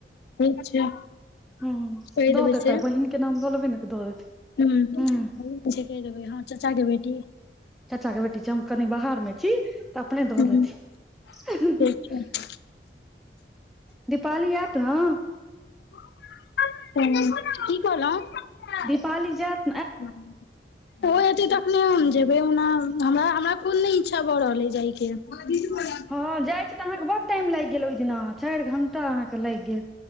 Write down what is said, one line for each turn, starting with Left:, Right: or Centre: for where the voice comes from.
Left: ठीक छै <unintelligible>
Centre: हँ
Left: कह
Centre: दऽ
Left: देबै
Centre: देतै
Left: से
Centre: बहिन के नाम लऽ लेबै ने तऽ दऽ
Left: <unintelligible>
Centre: देतै
Left: हू
Centre: हूँ
Left: जे क देबै हँ चाचा के बेटी
Centre: चाचा के बेटी छै हम कनि बाहर मे छी तऽ अपने दऽ
Left: हुं
Centre: देथि
Left: ठीक
Centre: <unintelligible>
Left: छै
Centre: दीपाली आएत न
Left: <inaudible>
Centre: दीपाली जैत
Left: <inaudible> ओ एते तखने हम जेबै ओना हमरा हमरा खुद नहि इच्छा भऽ रहल ह जाय के <unintelligible>
Centre: हँं जाइ छी तऽ अहाँके बड टाइम लागि गेल ओहि दिना चारि घंटा अहाँके लागि गेल